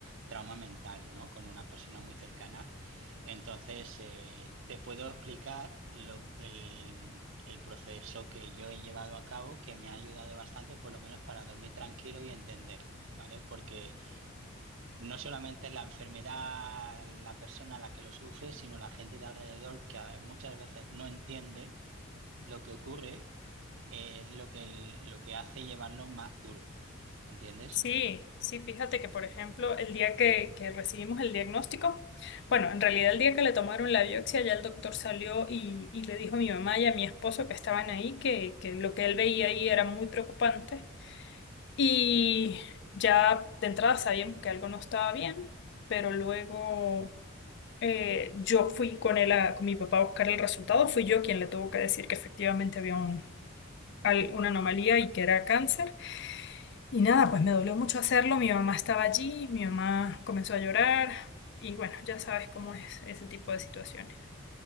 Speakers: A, on the right; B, on the left.
A: trauma mental, ¿no? Con una persona muy cercana. Entonces, eh, te puedo explicar lo, el, el proceso que yo he llevado a cabo, que me ha ayudado bastante, por lo menos para dormir tranquilo y entender, ¿vale? Porque no solamente es la enfermedad, la persona a la que lo sufre, sino la gente de alrededor que a- muchas veces no entiende lo que ocurre es lo que, el- lo que hace llevarlo más duro, ¿entiendes?
B: Sí, sí, fíjate que, por ejemplo, el día que, que recibimos el diagnóstico, bueno, en realidad el día que le tomaron la biopsia, ya el doctor salió y, y le dijo a mi mamá y a mi esposo que estaban ahí, que, que lo que él veía ahí era muy preocupante. Y ya de entrada sabíamos que algo no estaba bien, pero luego eh, yo fui con él a- con mi papá a buscar el resultado, fui yo quien le tuvo que decir que efectivamente había un- al- una anomalía y que era cáncer. Y nada, pues me dolió mucho hacerlo, mi mamá estaba allí, mi mamá comenzó a llorar y bueno, ya sabes cómo es ese tipo de situaciones.